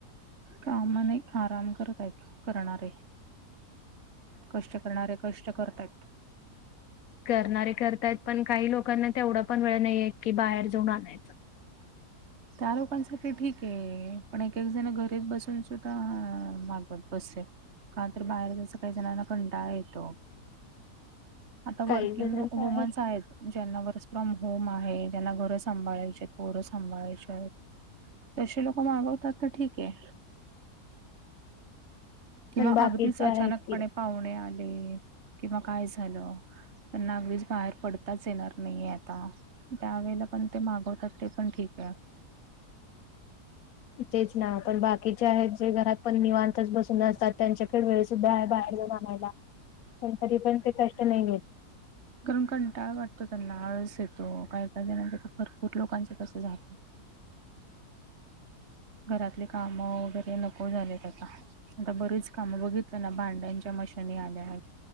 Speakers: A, on the right; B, on the left.
A: कामाने आराम करत आहेत करणारे. कष्ट करणारे कष्ट करतयात.
B: करणारे करतायत पण काही लोकांना तेवढा पण वेळ नाहीये की बाहेर जाऊन आणायचं.
A: त्या लोकांसाठी ठीक आहे पण एक एक जण घरीच बसून सुद्धा मागातात. कसे का तर बाहेर जस काही जणांना कंडाळ येतो.
B: <unintelligible>
A: आता
B: काही
A: वर्किंग
B: जणांच
A: वुमन्स
B: आहे
A: आहेत. ज्यांना वर्स फ्रॉम होम आहे ज्यांना घरं सांभाळायचे पोरं सांभाळायचे. तसे लोक मागवतात तर ठीक आहे. किंवा
B: पण बाकीचे
A: अगदीच अचानकपणे
B: आहेत की
A: पाहुणे आले किंवा काय झालं. त्यांना अगदीच बाहेर पडताच येणार नाहीे आता त्यावेेळेला पण ते मागवतात ते पण ठीक आहे.
B: तेच ना पण बाकीचे आहेत जे घरात पण निवांतच बसून असतात त्यांच्याकेळ वेळे. बाहेर जाउन अनायला पण तधी पण ते कष्ट नाही.
A: कारण कंटाळ वाटतो त्यांना आळस येतो काही काही जणांचा तर भरपूर लोकांचं अस झाले. घरातले काम वगैरे नको झालेत आता आता बरीच कामं बघितलं ना भांड्यांच्या मशनी आल्या आहेत.